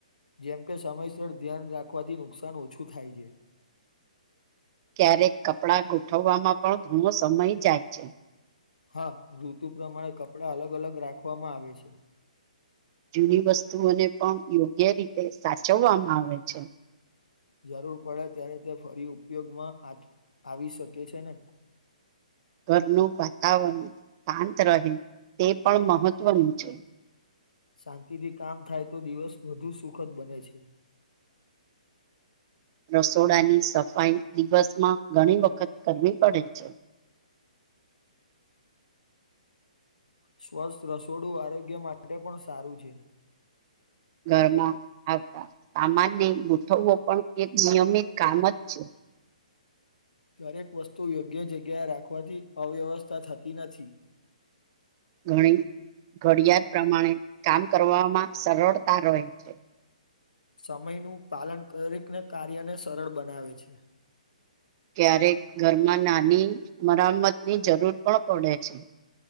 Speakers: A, on the left (about 85°); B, on the right (about 35°).
A: જેમ કે સમયસર ધ્યાન રાખવાથી નુકસાન ઓછું થાય છે.
B: ક્યારેક કપડાં ગોઠવવામાં પણ ઘણો સમય જાય છે.
A: હા ઋતુ પ્રમાણે કપડા અલગ અલગ રાખવામાં આવે છે.
B: જૂની વસ્તુઓને પણ યોગ્ય રીતે સાચવવામાં આવે છે.
A: જરૂર પડે ત્યારે તે ફરી ઉપયોગમાં આ આવી શકે છે ને.
B: ઘરનું વાતાવરણ શાંત રહે તે પણ મહત્વનું છે.
A: શાંતિથી કામ થાય તો દિવસ વધુ સુખદ બને છે.
B: <inaudible> રસોડાની સફાઈ દિવસમાં ઘણી વખત કરવી પડે છે. <inaudible>
A: સ્વસ્થ રસોડું આરોગ્ય માટે પણ સારું છે.
B: ઘરમાં આવતા સામાન્ય ગુ થવો પણ એક નિયમિત કામ જ છે.
A: દરેક વસ્તુ યોગ્ય જગ્યાએ રાખવાથી અવ્યવસ્થા થતી નથી.
B: ઘણી ઘડિયાળ પ્રમાણે કામ કરવામાં સરળતા રહે છે.
A: સમયનું પાલન કરી કને કાર્યને સરળ બનાવે છે.
B: ક્યારેક ઘરમાં નાની મરમતની જરૂર પણ પડે છે.